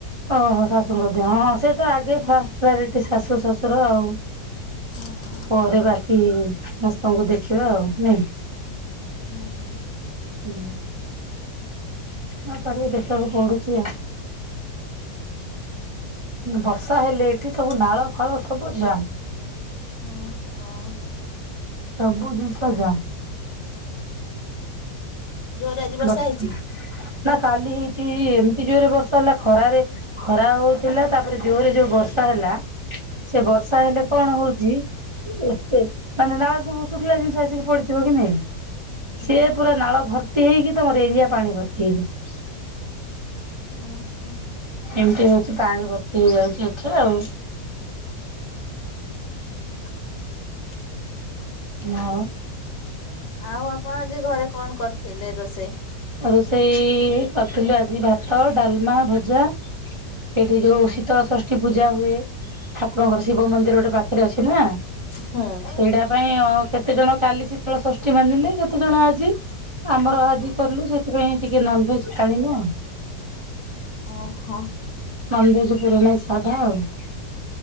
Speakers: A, on the right; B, on the left.
A: ଓହୋ ଶାଶୁ ଙ୍କ ଦେହ ହଁ ସେ ତ ଆଗେ
B: ହଁ
A: ଫାଷ୍ଟ୍ ପ୍ରାୟରିଟି ଶାଶୁ ଶଶୁର ଆଉ।
B: ହୁଁ।
A: ପରେ ବାକି ସମସ୍ତଙ୍କୁ ଦେଖିବା ଆଉ ନାଇଁ?
B: ହୁଁ।
A: ହଁ ହଁ ସାରିକ ଦେଖିବାକୁ ପଡୁଛି ଆଉ ବର୍ଷା ହେଲେ ଏଠି ସବୁ ନାଳ ଫାଳ ସବୁ ଜାମ୍।
B: ହୁଁ ହଁ।
A: ସବୁଜିନିଷ ଯାମ୍।
B: <inaudible> ବର୍ଷା
A: ବସି
B: ହେଇଛି?
A: ନା କାଲି ହେଇଛି ଏମିତି ଜୋରେ ବର୍ଷା ହେଲା ଖରାରେ ଖରା ହଉଥିଲା ତାପରେ ଜୋରେ ଯଉ ବର୍ଷା ହେଲା ସେ ବର୍ଷା ହେଲେ
B: ହୁଁ
A: କଣ ହଉଛି ଏତେ ମାନେ ନାଳରେ ସବୁ ଶୁଖିଲା ଜିନିଷ ଆସିକି ପଡିଥିବ କି ନାଇ
B: ହୁଁ
A: ସେ ପୁରା ନାଳ ଭର୍ତି ହେଇକି ତମର ଏରିଆ ପାଣି ଭର୍ତ୍ତି <unintelligible>
B: ଉଁ ହୁଁ।
A: ଏମିତି ହଉଛି ପାଣି ଭର୍ତ୍ତି ହେଇଯାଉଛି ଏଠି ରେ ଆଉ।
B: <inaudible>
A: ନାଉ।
B: ଆଉ ଆପଣ ଆଜି ଘରେ କଣ କରିଥିଲେ ରୋଷେଇ?
A: ଆ ରୋଷେଇ କରିଥିଲୁ ଆଜି ଭାତ, ଡାଲମା, ଭଜା ଏଠି ଯୋଉ
B: ହୁଁ
A: ଶୀତଳ ଷଷ୍ଠୀ ପୂଜା ହୁଏ ଠା ଆପଣଙ୍କର ଶିବ ମନ୍ଦିର ଗୋଟେ ପାଖରେ ଅଛି ନା
B: ହୁଁ
A: ସେଇଟା ପାଇଁ ଅ କେତେ ଜଣ କାଲି ଶିତଳ ଷଷ୍ଠୀ ମାନିଲେ କେତେ ଜଣ ଆଜି ଆମର ଆଜି
B: ହୁଁ
A: ଲୁ ସେଥିପାଇଁ ଟିକେ ନନଭେଜ୍ ଆଣିନୁ।
B: ଓହୋ।
A: ନନଭେଜ୍ ପୁରା ନାଇଁ ସାଧା ଆଉ?